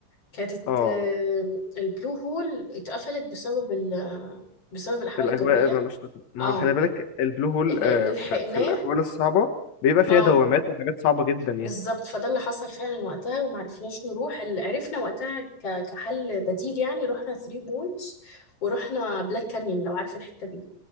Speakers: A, on the left; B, on the left.
A: كانت
B: اه
A: آه، البلو هول اتقفلت بسبب ال بسبب الاحوال
B: الأجواء
A: الجويه
B: اللي مش لطيفة. ما
A: اه
B: هو خلي بالك البلو هول
A: ال-
B: آه،
A: اللي لحقناه
B: في, في الأحوال الصعبة بيبقى فيها
A: اه
B: دوامات وحاجات صعبة جدا يعني.
A: بالظبط فده اللي حصل فعلا وقتها ومعرفناش نروح اللي عرفنا وقتها ك- كحل بديل يعني رحنا ثري بولز ورحنا بلاك كانيون لو عارف الحته دي